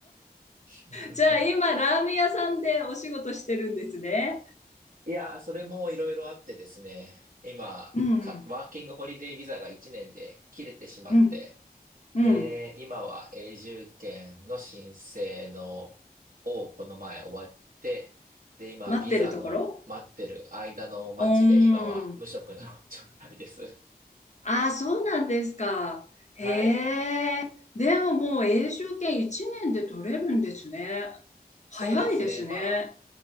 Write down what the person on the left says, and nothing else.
じゃあ今、ラーメン屋さんでお仕事してるんですね。
うん
うん。うん。
うん。
待ってるところうーん。
ああ、そうなんですか。へえ。
でももう永住権1年で取れるんですね。
早いですね。